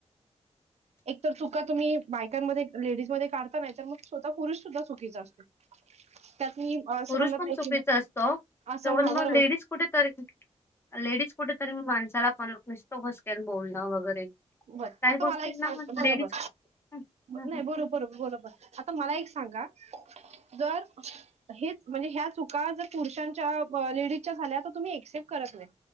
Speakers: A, on the right (about 65°); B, on the left (about 20°).
A: एक तर चुका तुम्ही बायकांमध्ये लेडीज मध्ये काढता नाही तर मग स्वतः पुरुष सुद्धा चुकीचा असतो. त्यात मी असं
B: पुरुष
A: म्हणत
B: पण
A: नाही
B: चुकीचा
A: की
B: असतो
A: असं
B: तेवढचं
A: हा
B: मग
A: बरोबर
B: लेडीज कुठे तरी लेडीज कुठेेतरी मी माणसाला पण नसतो <unintelligible> बोलणं वगैरे
A: बरं
B: काही
A: आता
B: गोष्टींना
A: मला एक सांग
B: मग
A: बरोबर
B: लेडीज हं, हं,
A: नाही
B: हं.
A: बरोर बरोबर आता मला एक सांगा जर हे म्हणजे ह्या चुका जर पुरुषांच्या लेडीजच्या झाल्या तर तुम्ही एक्सेप्ट करत नाही